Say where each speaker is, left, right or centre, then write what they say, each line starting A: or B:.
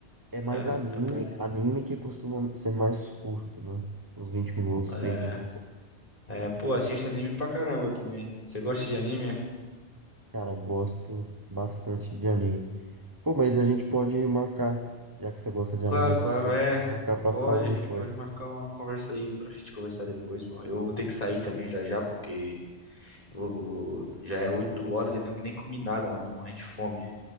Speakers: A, on the right; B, on the left.
A: É mais
B: é,
A: anime,
B: é bom.
A: anime que costuma ser mais curto, né? Uns vinte minutos,
B: É,
A: 30 minutos.
B: é, pô, assisto anime pra caramba também. Você gosta de anime?
A: Cara, gosto bastante de anime. Pô, mas a gente pode marcar, já que você gosta de
B: Claro,
A: anime, a gente
B: claro,
A: pode
B: é.
A: marcar pra
B: Pode,
A: falar depois.
B: a gente pode marcar uma conversa aí pra gente conversar depois, pô. Eu vou ter que sair também já já, porque eu vou- já é 8 horas e eu nem, nem comi nada, mano. Tô morrendo de fome.